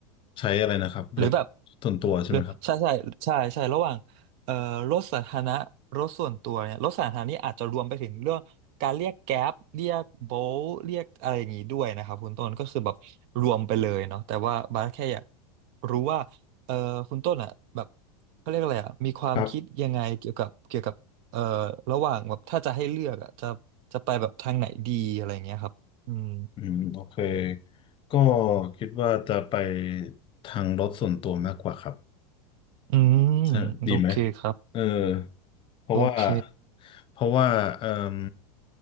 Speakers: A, on the left (about 30°); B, on the right (about 50°).
A: ใช้อะไรนะครับรถ
B: หรือแบบ
A: ส่วนตัวใช่ไหมครับ
B: หรือใช่ใช่ใช่ใช่ระหว่างเอ่อรถสาธารณะรถส่วนตัวเนี่ยรถสาธารณะนี่อาจจะรวมไปถึงเรื่องการเรียกแก๊ปเรียกโบลเรียกอะไรอย่างนี้ด้วยนะครับคุณต้นก็คือแบบรวมไปเลยเนาะแต่ว่าบาสแค่อยากรู้ว่าเอ่อคุณต้นอ่ะแบบเขาเรียกอะไรอ่ะมีความคิดยังไงเกี่ยวกับเกี่ยวกับเอ่อ
A: ครับ
B: ระหว่างแบบถ้าจะให้เลือกอ่ะจะจะไปแบบทางไหนดีอะไรอย่างเงี้ยครับอืม
A: อืมโอเคก็คิดว่าจะไปทางรถส่วนตัวมากกว่าครับ
B: อืมโอเคครับ
A: ใช่ดีไหมเออ เพราะว่า
B: โอเค
A: เพราะว่าเอ่ม